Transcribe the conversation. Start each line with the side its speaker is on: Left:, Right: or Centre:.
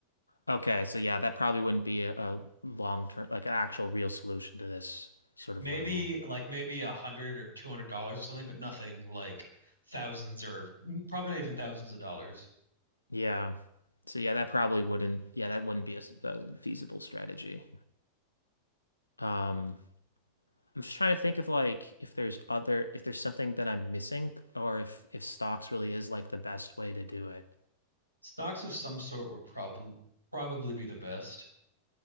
Left: Okay, so yeah, that probably wouldn't be a, a long term, like an actual real solution to this sort
Right: Maybe
Left: of level.
Right: like maybe a hundred or two hundred dollars or something, but nothing like thousands or n- probably not even thousands of dollars.
Left: Yeah. So yeah, that probably wouldn't, yeah, that wouldn't be a, s- a feasible strategy. Um, I'm just trying to think of like if there's other, if there's something that I'm missing or if if stocks really is like the best way to do it.
Right: Stocks of some sort would probably probably be the best.